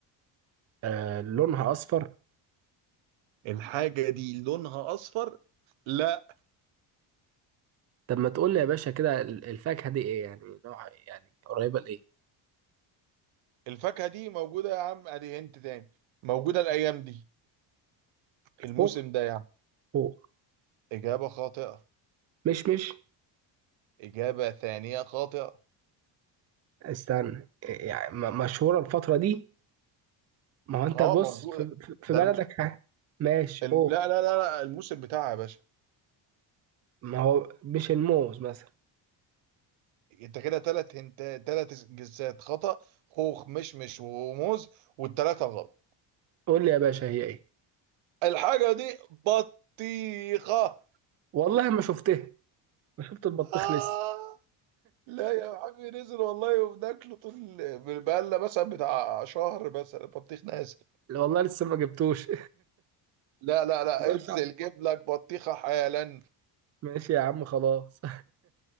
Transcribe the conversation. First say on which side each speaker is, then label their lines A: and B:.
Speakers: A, on the right; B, on the right.
A: آه لونها أصفر
B: الحاجة دي لونها أصفر لا
A: طب ما تقول لي يا باشا كده ال- الفاكهة دي إيه يعني نوع يعني قريبة لإيه
B: الفاكهة دي موجودة يا عم أدي أنت تاني موجودة الأيام دي في الموسم
A: خوخ
B: ده يعني
A: خوخ
B: إجابة خاطئة
A: مش مش
B: إجابة ثانية خاطئة
A: استنى إيه يعني م- مشهورة الفترة دي ما هو أنت
B: اه
A: بص
B: موجودة
A: في, في في
B: ده
A: بلدك
B: الم...
A: ح- ماشي
B: الم...
A: أوه
B: لا لا لا لا الموسم بتاعها يا باشا
A: ما هو مش الموز مثلا
B: انت كده تلات هنت تلات جنسات خطأ خوخ مشمش وموز والتلاتة غلط
A: قول لي يا باشا هي إيه
B: الحاجة دي بطيخة
A: والله ما شفتها ما شفت البطيخ
B: آه
A: لسه
B: لا يا عمي نزل والله وبناكله طول بقالنا مثلا بتاع شهر مثلا بطيخ نازل
A: لا والله لسه ما جبتوش
B: لا لا
A: <laughs>
B: لا
A: هزار
B: انزل
A: شعر
B: جيب لك بطيخة حالا
A: ماشي يا عم خلاص